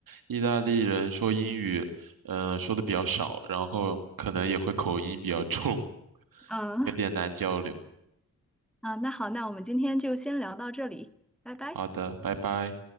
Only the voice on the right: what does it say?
意大利人说英语，嗯、说的比较少，然后可能也会口音比较重，<laughs>
有点难交流。
好的，拜拜。